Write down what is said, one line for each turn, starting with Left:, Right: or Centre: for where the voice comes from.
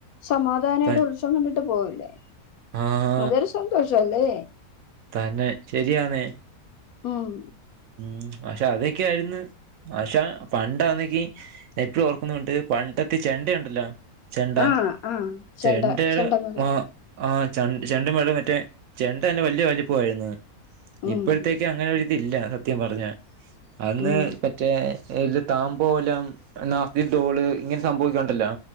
Left: സമാധാനായ്ട്ട്
Right: ത
Left: ഉത്സവം കണ്ടിട്ട് പോവില്ലേ.
Right: ആഹ്
Left: അതൊരു സന്തോഷ അല്ലേ.
Right: തന്നെ ശരിയാന്നേ
Left: ഉംഹ്
Right: ഉം പക്ഷെ അതൊക്കെയായിര്ന്ന്. പഷാ പണ്ടാന്നെങ്കി പ്പഴും ഓർക്കുന്നുണ്ട് പണ്ടത്തെ ചെണ്ട ഉണ്ടല്ലോ? ചെണ്ടാ
Left: ആഹ് ആഹ് ചെണ്ട
Right: ചെണ്ടയുടെ
Left: ചെണ്ടമേളം
Right: മ ആ ച ചെണ്ട മേടം മറ്റേ ചെണ്ട തന്നെ വല്ല്യ വലിപ്പം ആയിര്ന്ന്.
Left: ഉം
Right: ഇപ്പോഴത്തേക്ക് അങ്ങനെ ഒരിതില്ല സത്യം പറഞ്ഞ അന്ന്
Left: ഉം
Right: മറ്റേ ഇല് താമ്പോലം നാസ് ഡോള് ഇങ്ങനെ സംഭവക്കണ്ടല്ലോ